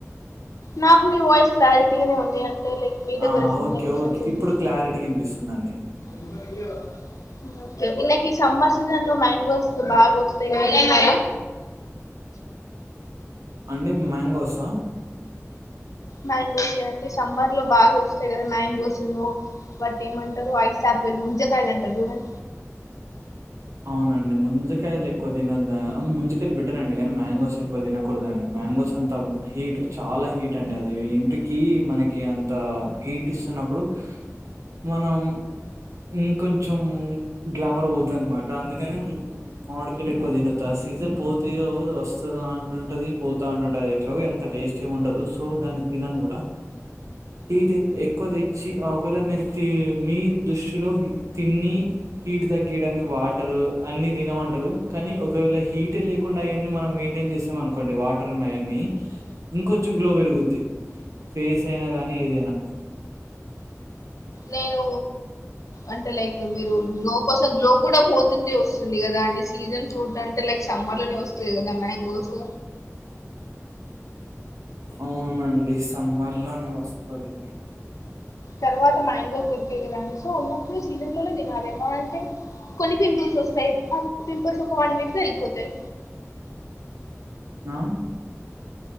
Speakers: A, on the left; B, on the right.
A: నాకు మీ వాయిస్ క్లారిటీగానే ఉంది అంటే లక్ మీ దగ్గర
B: ఆ
A: సిగ్నల్
B: ఓకే
A: ఒక్కసారి
B: ఓకే
A: చెక్
B: ఇప్పుడు
A: చేస్
B: క్లారిటీగా వినిపిస్తుందండి
A: ఉన్నా వీళ్ళకి సమ్మర్ సీజన్ లో మ్యాంగోస్ బాగా వస్తాయి తిన్నారా
B: అండి మ్యాంగోసా
A: మ్యాంగోస్ ఏ అంటే సమ్మర్ లో బాగా వస్తాయి కదా మ్యాంగోసును వాటిని ఏమంటారు ఐస్ ఆపిల్ ముంజకాయలు అంటారు చూడం
B: అవునండి ముంజకాయలు ఎక్కువ తినొద్ద ముంజకాయలు బెటర్ అండి కానీ మ్యాంగోస్ ఎక్కువ తినకూడదండి మ్యాంగోస్ అంతం హీట్ చాలా హీట్ అండి అది ఇంటికి మనకి అంత హీట్ ఇస్తున్నప్పుడు మనం ఇంకొంచెం గ్లామర్ పోతది అనమా ట అందుకని మామిడికాయలు ఎక్కువ తినొద్దు ఆ సీజన్ పోతే వస్తది అంటుంటది పోతా అంటుంటది ఎట్లాగో అంత టేస్ట్ ఏం ఉండదు సో దాన్ని తినను కూడా టీ ఎక్కువ తెచ్చి ఆ ఒక వేళ మీరు మీ దుష్టిలో తిన్నీ హీటు తగ్గియడానికి వా రు అన్ని తినమంటారు కానీ ఒకవేళ హీట్ లేకుండా అవన్నీ మనం మెయింటైన్ చేసాము అను కొండి వాటర్ ఉన్నాయన్ని ఇంకొంచెం గ్లో పెరుగుద్ది ఫేస్ అయినా గానీ ఏదైనా
A: నేను అంటే లైక్ మీరు గ్లో కోసం గ్లో కూడా పోతుంది కదా అండి సీజన్ ఫ్రూట్ అంటే లైక్ సమ్మర్ లోనే వస్తుంది కదా మ్యాంగోస్
B: అవునండి సమ్మర్ లోనే వస్తది
A: తర్వాత మ్యాంగోస్ దొరికాయ్ కదాండి సో ఉన్నప్పుడు సీజన్ లోనే తినాలి మా అంటే కొన్ని పింపుల్స్ వస్తాయి అ పింపుల్స్ ఒక వన్ వీక్ లో వెళ్ళిపోతాయి
B: అ